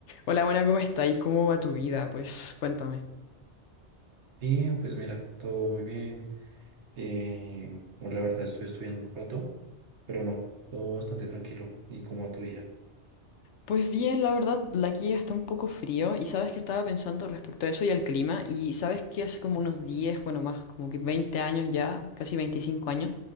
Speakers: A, on the left; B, on the right.
A: Hola, buena, ¿cómo está? ¿Y cómo va tu vida? Pues cuéntame.
B: Bien, pues mira, todo muy bien. Eh, bueno, la verdad estoy estudiando un rato, pero no, todo bastante tranquilo y como a tu día.
A: Pues bien, la verdad, la aquí está un poco frío y sabes que estaba pensando respecto a eso y al clima y sabes que hace como unos 10, bueno, más como que 20 años ya, casi 25 años,